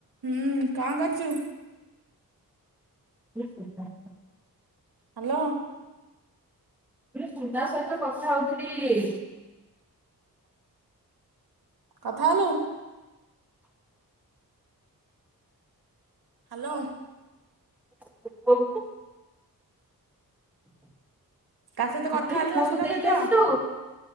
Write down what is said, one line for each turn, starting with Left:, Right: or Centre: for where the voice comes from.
Right: ହୁଁ କଣ କରୁଚୁ
Centre: <inaudible>
Right: ହ୍ୟାଲୋ।
Centre: ସୁନା ସହିତ କଥା ହଉଥିଲି।
Right: କଥା ହେଲୁ। ହ୍ୟାଲୋ।
Centre: <unintelligible>
Right: ତା ସହିତ କଥା କଥା
Centre: କହିଲି
Right: ହେଲୁ
Centre: ପୁଅକୁ
Right: ସୁନା
Centre: ଦେଇକି
Right: ସହିତ
Centre: ଆସିଲୁ